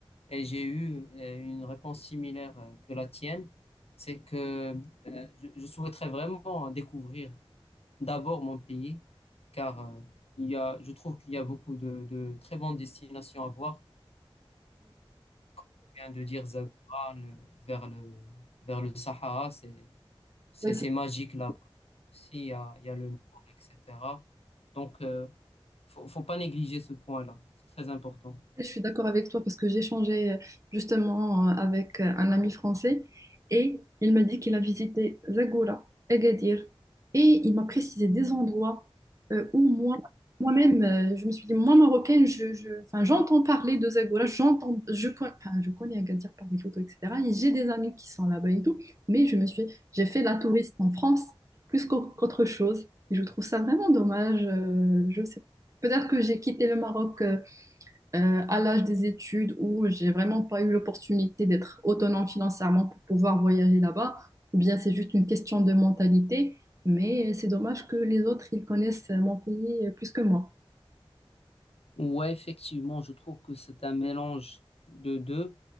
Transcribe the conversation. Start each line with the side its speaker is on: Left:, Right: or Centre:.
Left: Et j'ai eu euh, une réponse similaire euh, que la tienne. C'est que euh, je, je souhaiterais vraiment découvrir d'abord mon pays, car euh, il y a, je trouve qu'il y a beaucoup de, de très bonnes destinations à voir. Comme tu viens de dire, Zagora, le- vers le, vers le Sahara, c'est, c'est
Right: hmm,
Left: c'est magique là. aussi, il y a, il y a le nord, etc. Donc, euh, faut, faut pas négliger ce point-là. C'est très important.
Right: Je suis d'accord avec toi parce que j'ai échangé euh, justement euh, avec euh, un ami français et il m'a dit qu'il a visité Zagora, Agadir et il m'a précisé des endroits euh, où moi, moi-même, euh, je me suis dit, moi marocaine, je, je- enfin, j'entends parler de Zagora, j'entends, je, con- enfin, je connais Agadir par des photos, etc. Et j'ai des amis qui sont là-bas et tout, mais je me suis, j'ai fait la touriste en France plus qu'au- qu'autre chose et je trouve ça vraiment dommage. euh, je sais, peut-être que j'ai quitté le Maroc. euh, euh, à l'âge des études où j'ai vraiment pas eu l'opportunité d'être autonome financièrement pour pouvoir voyager là-bas, ou bien c'est juste une question de mentalité, mais c'est dommage que les autres, ils connaissent mon pays plus que moi.
Left: Ouais, effectivement, je trouve que c'est un mélange de deux.